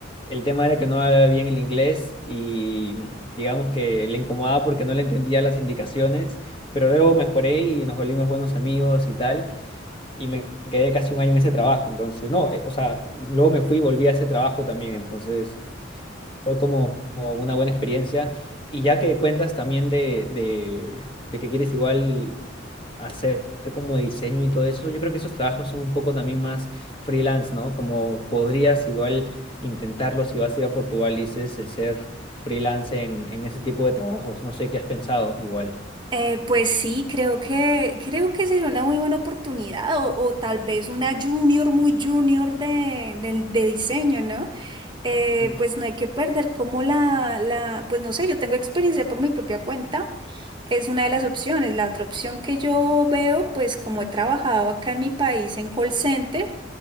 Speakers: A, on the left; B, on the right.
A: el tema era que no hablaba bien el inglés y digamos que le incomodaba porque no le entendía las indicaciones, pero luego mejoré y nos volvimos buenos amigos y tal, y me quedé casi un año en ese trabajo. Entonces, no, eh, o sea, luego me fui y volví a ese trabajo también, entonces... Fue como como una buena experiencia. Y ya que cuentas también de, de, de que quieres igual hacer como diseño y todo eso, yo creo que esos trabajos son un poco también más freelance, ¿no? Como podrías igual intentarlo si vas a ir a Portugal, dices, el ser freelance en, en ese tipo de trabajos. No sé qué has pensado igual.
B: Eh, pues sí, creo que, creo que sería una muy buena oportunidad o, o tal vez una junior muy junior de, de, de diseño, ¿no? Eh,
A: Mm.
B: pues no hay que perder como la, la, pues no sé, yo tengo experiencia por mi propia cuenta, es una de las opciones. La otra opción que yo veo, pues como he trabajado acá en mi país en call center